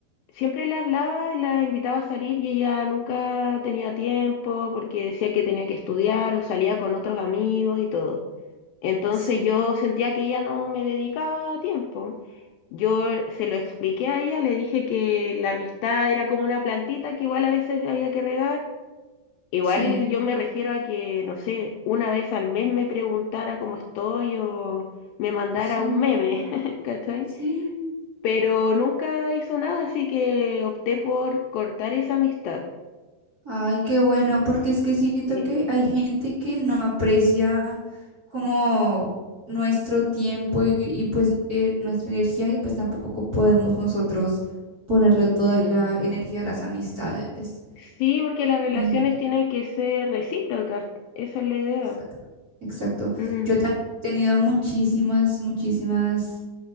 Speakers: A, on the left; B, on the right.
A: siempre le hablaba y la invitaba a salir y ella nunca tenía tiempo porque decía que tenía que estudiar o salía con otros amigos y todo. Entonces
B: sí,
A: yo sentía que ella no me dedicaba tiempo. Yo se lo expliqué a ella, le dije que la amistad era como una plantita que igual a veces había que regar. Igual
B: sí,
A: yo me Mm. refiero a que, no sé, una vez al mes me preguntara cómo estoy o me mandara
B: sí,
A: un meme, <laughs> ¿cachai?
B: sí.
A: Pero nunca hizo nada, así que opté por cortar esa amistad.
B: Ay, qué bueno, porque es que siento
A: Sí.
B: que hay gente que no aprecia como nuestro tiempo y, y, pues eh, nuestra energía y pues tampoco podemos nosotros ponerle toda
A: Mm.
B: la energía a las amistades.
A: Sí, porque las relaciones
B: Y-
A: tienen que ser recíprocas, esa es la idea.
B: Exacto, exacto.
A: Mm.
B: Yo también he tenido muchísimas, muchísimas